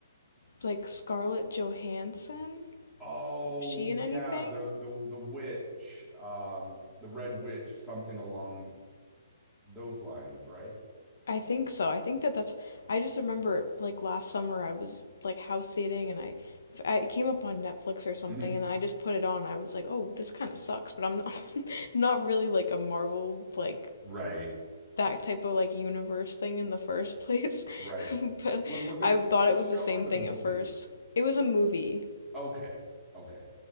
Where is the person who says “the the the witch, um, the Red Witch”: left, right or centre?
Centre